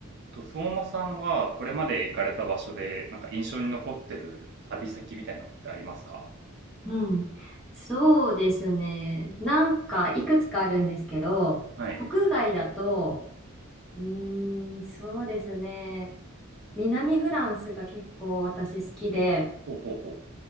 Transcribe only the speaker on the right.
えっと、相馬さんはこれまで行かれた場所で、なんか印象に残ってる旅先みたいなのってありますか
はい。
ほうほうほ